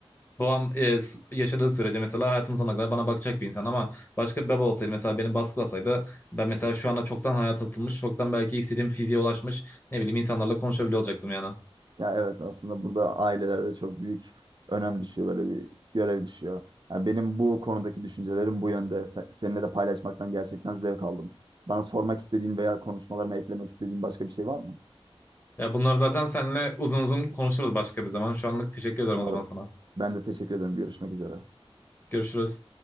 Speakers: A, on the left (about 20°); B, on the right (about 50°).
A: babam e, s- yaşadığı sürece mesela hayatımın sonuna kadar bana bakacak bir insan ama başka bir baba olsaydı mesela beni baskılasaydı ben mesela şu anda çoktan hayata atılmış, çoktan belki istediğim fiziğe ulaşmış ne bileyim insanlarla konuşabiliyor olacaktım yani.
B: Ya evet aslında burada ailelerde çok büyük önem düşüyor böyle bir görev düşüyor. Ya benim bu konudaki düşüncelerim bu yönde. Se- Seninle de paylaşmaktan gerçekten zevk aldım. Bana sormak istediğin veya konuşmalarıma eklemek istediğin başka bir şey var mı?
A: Ya bunlar zaten seninle uzun uzun konuşuruz başka bir zaman. Şu anlık teşekkür ederim
B: Umarım.
A: o zaman sana.
B: Ben de teşekkür ederim. Görüşmek üzere.
A: Görüşürüz.